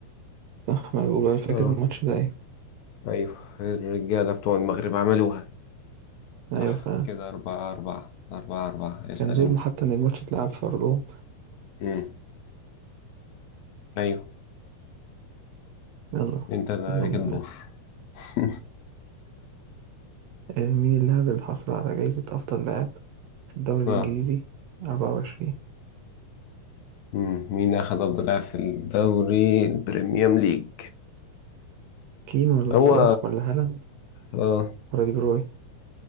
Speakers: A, on the right (about 70°); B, on the left (about 75°).
A: صح ما أنا باقول أنا فاكر
B: اه
A: الماتش ده أيوه،
B: أيوه الرجالة بتوع المغرب عملوها صح
A: أيوه فعلًا
B: كده أربعة أربعة أربعة أربعة اسأل
A: كان ظلم
B: أنت
A: حتى إن الماتش اتلعب في أرضهم،
B: امم أيوه
A: يالّا
B: أنت اللي
A: منهم
B: عليك الدور
A: لله،
B: <laughs>
A: آآ مين اللاعب اللي حصل على جايزة أفضل لاعب في الدوري الإنجليزي
B: اه
A: 24؟
B: مم. مين أخذ أفضل لاعب في الدوري البريميوم ليج
A: كين والّا
B: هو
A: صلاح والّا هالاند
B: آه
A: والّا دي بروين؟